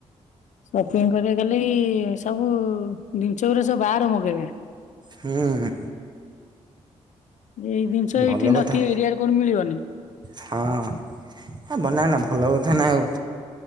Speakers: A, on the left (about 65°); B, on the right (about 35°).
A: ସପିଙ୍ଗ୍ କରିବା କାଲି ସବୁ ଜିନିଷ ଗୁରା ସବୁ ବାହରୁ ମଗେଇବା।
B: ହୁଁ ହୁଁ।
A: ଏଇ ଜିନିଷ
B: ଭଲ
A: ଏଇଠି ନଥିବ
B: କଥା
A: ଏରିଆରେ କୋଉଠି ମିଳିବନେହିଁ।
B: ହଁ ବନାନା ଭଲ କଥା ନା ଆଉ।